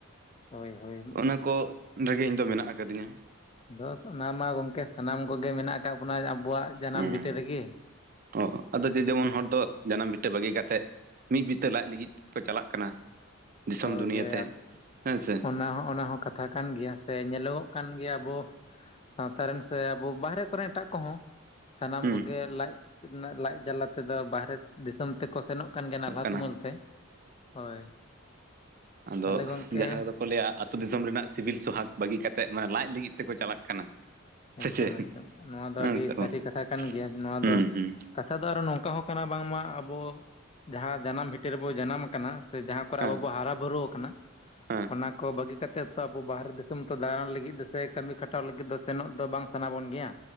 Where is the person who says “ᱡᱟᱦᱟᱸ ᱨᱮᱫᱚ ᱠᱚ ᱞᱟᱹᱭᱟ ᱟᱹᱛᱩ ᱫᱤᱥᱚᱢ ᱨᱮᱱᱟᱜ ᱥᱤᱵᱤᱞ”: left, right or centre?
Right